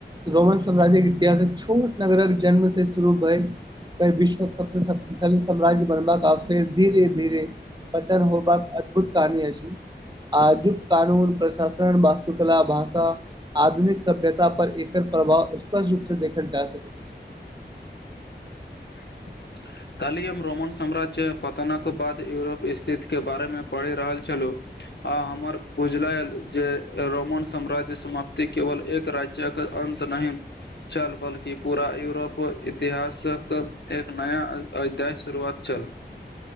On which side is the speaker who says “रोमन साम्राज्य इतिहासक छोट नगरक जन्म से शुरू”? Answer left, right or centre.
Right